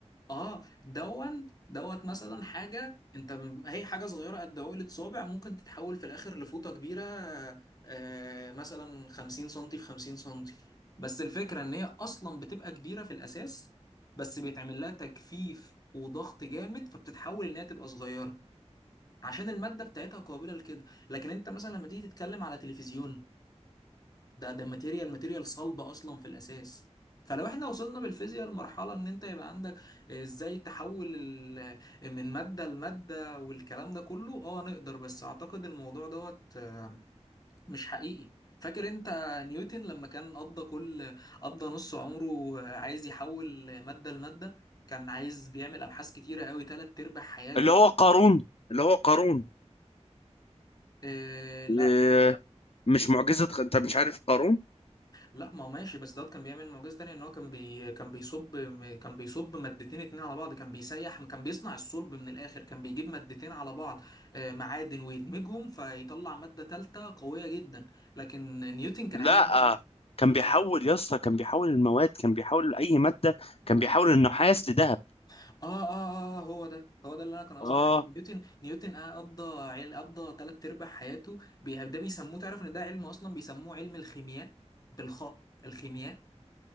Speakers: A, on the left; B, on the left.
A: اه دون دوت مثلا حاجة انت م- هي حاجة صغيرة قد عقلة صابع ممكن تتحول في الاخر لفوطة كبيرة آه مثلا 50 سنتي في 50 سنتي بس الفكرة ان هي اصلا بتبقى كبيرة في الاساس بس بيتعمل لها تجفيف وضغط جامد فبتتحول ان هي تبقى صغيرة عشان المادة بتاعتها قابلة لكده لكن انت مثلا لما تيجي تتكلم على تلفزيون ده ده ماتيريال ماتيريال صلبة أصلا في الأساس فلو احنا وصلنا بالفيزياء لمرحلة ان انت يبقى عندك آه، ازاي تحول ال- آه، من مادة لمادة والكلام ده كله اه نقدر بس اعتقد الموضوع دوت آه، مش حقيقي فاكر انت نيوتن لما كان قضى كل قضى نص عمره آه، عايز يحول مادة لمادة كان عايز بيعمل ابحاث كتيرة قوي تلات ارباع حياته
B: اللي هو قارون اللي هو قارون
A: آه،
B: آه، مش معجزة انت مش عارف قارون
A: لا ما هو ماشي بس دوت كان بيعمل معجزة تانية ان هو كان بي... كان بيصب كان بيصب مادتين اتنين على بعض كان بيسيح كان بيصنع الصلب من الاخر كان بيجيب مادتين على بعض آه، معادن ويدمجهم فيطلع مادة تالتة قوية جدا لكن نيوتن كان
B: لا
A: عايز يعمل-
B: آه، كان
A: <laughs>
B: بيحول يا اسطى كان بيحول المواد كان بيحول اي مادة كان بيحول النحاس لذهب
A: اه اه اه آه، هو ده هو ده اللي انا كان قصدي
B: اه
A: عليه نيوتن نيوتن آه قضى عيل قضى تلات ارباع حياته بي... ده بيسموه تعرف ان ده علم اصلا بيسموه علم الخيمياء بالخاء الخيمياء